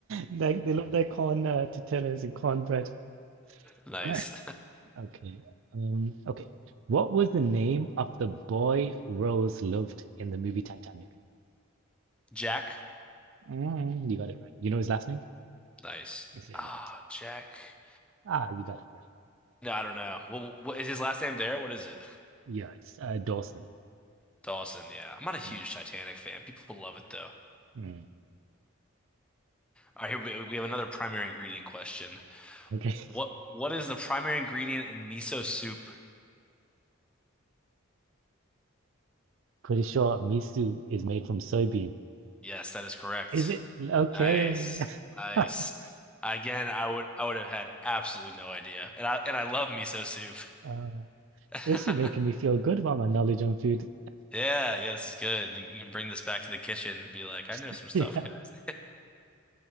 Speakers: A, on the right; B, in the centre.
A: They they love their corn uh, tortillas and cornbread.
B: Nice.
A: <laughs> Okay. Um, okay. What was the name of the boy Rose loved in the movie Titanic?
B: <laughs> Jack?
A: Mm, you got it right. You know his last name?
B: Nice.
A: It's irrelevant.
B: Ah, Jack.
A: Ah, you got it right.
B: No, I don't know. Well, what is his last name there? What is it?
A: Yeah, it's uh, Dawson.
B: Dawson, yeah. I'm not a huge
A: Mm,
B: Titanic fan. People love it though.
A: mm.
B: All right, here we, we have another primary ingredient question.
A: Okay.
B: What what is the primary ingredient in miso soup?
A: <laughs> Pretty sure miso is made from soybean.
B: Yes, that is correct.
A: Is it okay?
B: Nice. Nice.
A: <laughs>
B: Again, I would I would have had absolutely no idea. And I and I love miso soup.
A: Uh,
B: <laughs>
A: this is making me feel good about my knowledge on food.
B: Yeah, yeah, this is good. You, you can bring this back to the kitchen and be like, I know
A: <laughs>
B: some stuff,
A: Yeah.
B: guys.